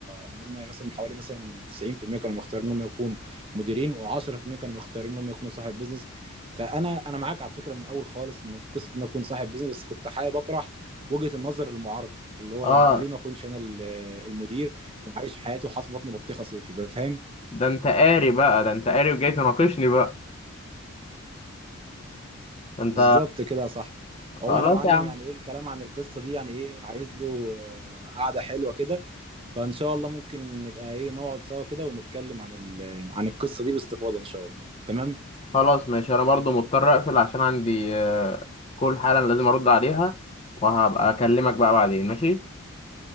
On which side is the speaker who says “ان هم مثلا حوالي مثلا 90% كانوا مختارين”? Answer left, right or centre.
Right